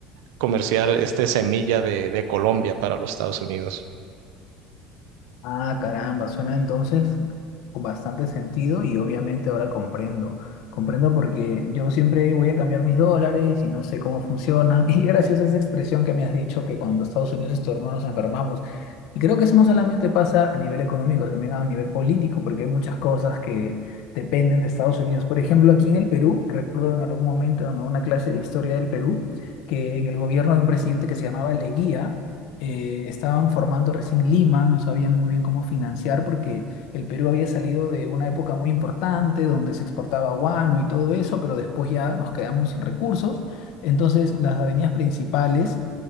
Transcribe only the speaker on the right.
comerciar este semilla de, de Colombia para los Estados Unidos.